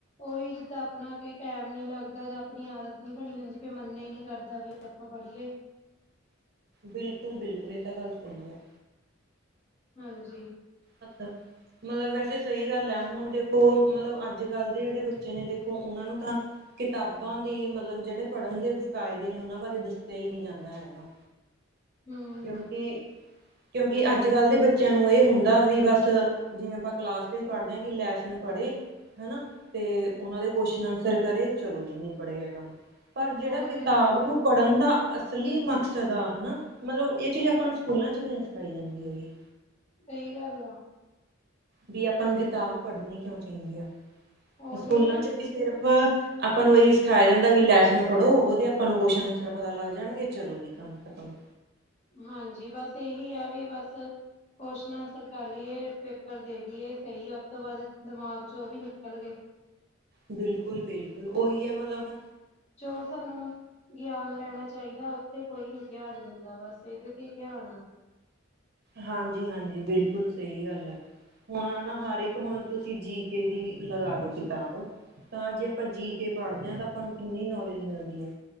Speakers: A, on the left; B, on the right.
A: ਉਹੀ ਜਿੱਦਾਂ ਆਪਣਾ ਕੋਈ ਟਾਈਮ ਨੀ ਲੱਗਦਾ ਜਾਂ ਆਪਣੀ ਆਦਤ ਨੀ ਬਣੀ ਹੁੰਦੀ ਫਿਰ ਮੰਨ ਹੀ ਨੀ ਕਰਦਾ ਵੀ <unintelligible> ਆਪਾਂ ਪੜੀਏ
B: ਬਿਲਕੁਲ ਬਿਲਕੁਲ ਇਹ ਤਾਂ ਗੱਲ ਸਹੀ ਹੈ
A: ਹਾਂਜੀ
B: ਅੱਛਾ ਮਤਲਬ ਵੈਸੇ ਸਹੀ ਗੱਲ ਹੈ ਹੁਣ ਦੇਖੋ ਮਤਲਬ ਅੱਜ ਕੱਲ ਦੇ ਜਿਹੜੇ ਬੱਚੇ ਨੇ ਦੇਖੋ ਉਹਨਾਂ ਨੂੰ ਤਾਂ ਕਿਤਾਬਾਂ ਦੀ ਮਤਲਬ ਜਿਹੜੇ ਪੜ੍ਹਨ ਦੇ ਫ਼ਾਇਦੇ ਨੇ ਉਹਨਾਂ ਬਾਰੇ ਦੱਸਿਆ ਹੀ ਨਹੀਂ ਜਾਂਦਾ ਹੈਗਾ
A: ਹਮ
B: ਕਿਉਂਕਿ ਕਿਉਂਕਿ ਅੱਜ ਕੱਲ ਦੇ ਬੱਚਿਆਂ ਨੂੰ ਇਹ ਹੁੰਦਾ ਵੀ ਬਸ ਜਿਵੇਂ ਆਪਾਂ ਕਲਾਸ ਚ ਵੀ ਪੜ੍ਹਦੇ ਹਾਂ ਕਿ ਲੈਸਨ ਪੜੇ ਹਨਾ ਤੇ ਉਹਨਾਂ ਦੇ ਕੋਸ਼ਨ ਆਨਸਰ ਕਰੇ ਚਲੋ ਜੀ ਨਿਬੜ ਗਿਆ ਕੰਮ ਪਰ ਜੇੜਾ
A: ਹੋਰ
B: ਕਿਤਾਬ
A: ਏਦਾਂ ਹੀ
B: ਨੂੰ
A: ਆ
B: ਪੜ੍ਹਨ ਦਾ ਅਸਲੀ ਮਕਸਦ ਆ ਹਨਾ, ਮਤਲਬ ਇਹ ਚੀਜ਼ ਆਪਾਂ ਨੂੰ ਸਕੂਲਾਂ ਚ ਵੀ ਨਹੀਂ ਸਿਖਾਈ ਜਾਂਦੀ ਹੈਗੀ।
A: ਸਹੀ ਗੱਲ ਆ।
B: ਵੀ ਆਪਾਂ ਨੂੰ ਕਿਤਾਬ ਪੜ੍ਹਨੀ ਕਿਉਂ ਚਾਹੀਦੀ ਆ,
A: ਉਹੀ
B: ਸਕੂਲਾਂ ਚ ਵੀ ਸਿਰਫ ਆਪਾਂ ਨੂੰ ਇਹੀ ਸਿਖਾਇਆ ਜਾਂਦਾ ਵੀ ਲੈਸਨ ਪੜ੍ਹੋ, ਉਦੇ ਆਪਾਂ ਨੂੰ ਕੁਸ਼ਚਨ ਆਨਸਰ ਪਤਾ ਲੱਗ ਜਾਣਗੇ, ਚਲੋ ਜੀ। ਕੰਮ ਖਤਮ।
A: ਹਾਂਜੀ, ਬਸ ਇਹੀ ਆ ਵੀ ਬਸ ਕੁਸ਼ਨ ਆਨਸਰ ਕਰ ਲਈਏ, ਪੇਪਰ ਦੇ ਲਈਏ ਸਹੀ ਐ, ਉਸ ਤੋਂ ਬਾਅਦ ਦਿਮਾਗ ਚ ਉਹ ਵੀ ਨਿਕਲ ਗਏ।
B: ਬਿਲਕੁਲ -ਬਿਲਕੁਲ ਉਹੀ ਹੈ ਮਤਲਬ
A: ਜੋ ਸਾਨੂੰ, ਗਿਆਨ ਲੈਣਾ ਚਾਹੀਦਾ ਉੱਥੇ ਕੋਈ ਨੀ ਧਿਆਨ ਦਿੰਦਾ ਬਸ ਏਦੇ ਤੇ ਹੀ ਧਿਆਨ ਆ।
B: ਹਾਂਜੀ- ਹਾਂਜੀ ਬਿਲਕੁਲ ਸਹੀ ਗੱਲ ਐ। ਹੁਣ ਨਾ ਹਰ ਇੱਕ ਹੁਣ ਤੁਸੀਂ ਜੀ ਕੇ ਦੀ ਲਗਾ ਲਓ ਕਿਤਾਬ। ਤਾਂ ਜੇ ਆਪਾਂ ਜੀ ਕੇ ਪੜ੍ਹਦੇ ਆ ਤਾਂ ਆਪਾਂ ਨੂੰ ਕਿੰਨੀ ਨੌਲੇਜ ਮਿਲਦੀ ਆ